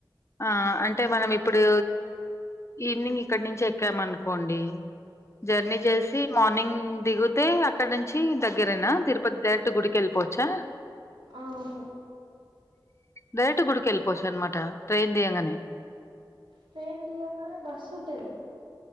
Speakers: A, on the left; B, on the right.
A: ఆ అంటే మనం ఇప్పుడు ఈవినింగ్ ఇక్కడి నుంచి ఎక్కామ అనుకోండి జర్నీ చేసి మార్నింగ్ దిగితే అక్కడ నుంచి దగ్గరనా తిరుపతి డైరెక్ట్ గుడికి వెళ్ళిపోవచ్చా
B: ఆ అవును
A: డయట గుడికిె వెళ్ళిపోచ్చా అనమాట ట్రైన్ దియగానే
B: ట్రైన్ తీయగానే బస్సు ఉంటుంది